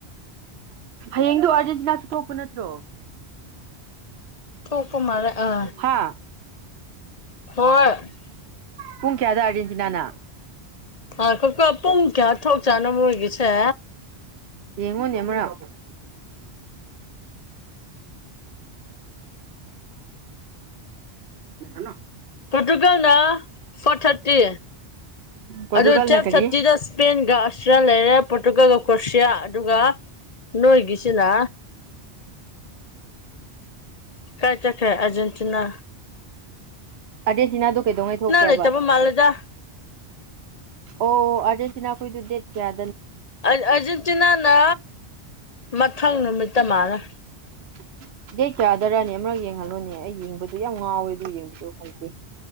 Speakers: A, on the right; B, on the left.
A: ꯍꯌꯦꯡꯗꯨꯣ ꯑꯥꯔꯖꯦꯟꯇꯤꯅꯥꯁꯨ ꯊꯣꯛꯣꯛꯄ ꯅꯠꯇ꯭ꯔꯣ
B: ꯊꯣꯛꯄ ꯃꯥꯜꯂꯦ ꯑꯥ
A: ꯍꯥꯥ
B: ꯍꯣꯏ
A: ꯄꯨꯡ ꯀꯦꯌꯥꯗꯣ ꯑꯗꯁꯤꯅꯥꯅ
B: ꯑꯥ ꯀꯀ ꯄꯨꯡ ꯀꯌꯥ ꯊꯣꯛ ꯆꯥꯅ ꯃꯣꯏꯒꯤꯁꯦ
A: ꯃꯨꯡꯅꯦꯃꯔ ꯅꯣ
B: ꯐꯣꯇꯨꯒꯜꯅ ꯐꯣꯔ ꯊꯔꯇꯤ
A: ꯄꯣꯔꯇꯨꯒꯜꯅ
B: ꯑꯗꯨꯣ ꯇ꯭ꯋ
A: ꯀꯔꯤ
B: ꯊꯥꯔꯇꯤꯗ ꯁꯄꯦꯟ ꯑꯗꯨꯒ ꯑꯁꯇ꯭ꯔꯤꯌꯥ ꯂꯩꯔꯦ ꯄꯣꯔꯇꯨꯒꯜꯒ ꯀ꯭ꯔꯣꯁꯤꯌꯥ ꯑꯗꯨꯒ ꯅꯣꯏꯒꯤꯁꯤꯅ ꯀꯥꯏ ꯇ ꯀꯥꯏ ꯑꯔꯖꯦꯟꯇꯤꯅꯥ
A: ꯑꯥꯔꯖꯦꯟꯇꯤꯅꯥꯗꯣ ꯀꯩꯗꯧꯉꯩ ꯊꯣꯛꯄ꯭ꯔꯕ
B: ꯂꯩꯇꯕ ꯃꯥꯜꯂꯦꯗ
A: ꯑꯣ ꯑꯥꯔꯖꯦꯟ ꯅꯥ ꯀꯣꯏ ꯗꯨꯙꯦꯠ ꯀꯌꯥ
B: ꯑꯔꯖꯦꯟꯇꯤꯅꯥꯅ ꯃꯊꯪ ꯅꯨꯃꯤꯠꯇ ꯃꯥꯂꯦ
A: <inaudible> ꯗꯦ ꯀꯌꯥꯗꯔꯅꯤ ꯑꯃꯛ ꯌꯦꯡꯍꯜꯂꯣꯅꯦ ꯑꯩ ꯌꯦꯡꯕꯗꯨ ꯌꯥꯝ ꯉꯥꯎꯋꯦ ꯑꯗꯨ ꯌꯦꯡꯕꯗꯣ ꯐꯩꯇꯦ